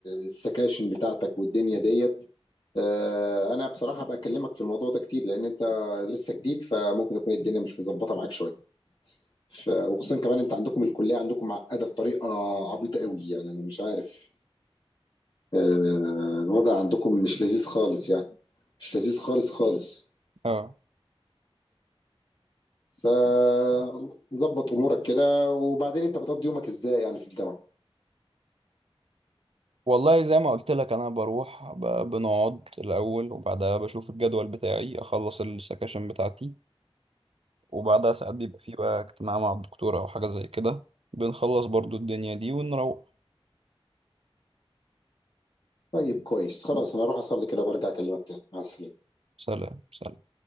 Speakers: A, on the left; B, on the right.
A: السكاشن بتاعتك والدنيا ديت آه، انا بصراحة بكلمك في الموضوع ده كتير لان انت لسه جديد فممكن يكون الدنيا مش مظبطة معاك شوية ف- وخصوصا كمان انت عندكم الكلية عندكم معقدة بطريقة عبيطة قوي يعني انا مش عارف آه، الوضع عندكم مش لذيذ خالص يعني مش لذيذ خالص خالص
B: اه
A: فظبط امورك كده وبعدين انت بتقضي يومك ازاي يعني في الجامعة
B: والله زي ما قلت لك أنا بروح ب- بنقعد الأول وبعدها بشوف الجدول بتاعي أخلص السكاشن بتاعتي وبعدها ساعات بيبقى فيه بقى اجتماع مع الدكتورة أو حاجة زي كده بنخلص برضو الدنيا دي ونروح
A: طيب كويس خلاص انا اروح اصلي كده برجع اكلمك تاني مع السلامه
B: سلام سلام